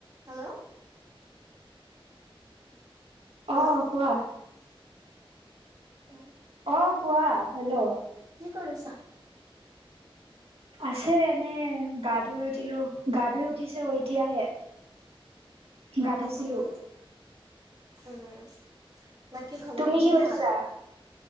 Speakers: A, on the right; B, on the right.
A: Hello hello
B: আহ কোৱা।
A: অ
B: অ' কোৱা হেল্ল'
A: কি কৰিছা?
B: আছে এনে গা ধুই উঠিলো, গা ধুই উঠিছে এতিয়াহে। গা
A: অ'
B: ধুইছিলো
A: অ' উ উম। বাকি খবৰ
B: তুমি
A: খাতি
B: কি কৰিছা
A: ভাল?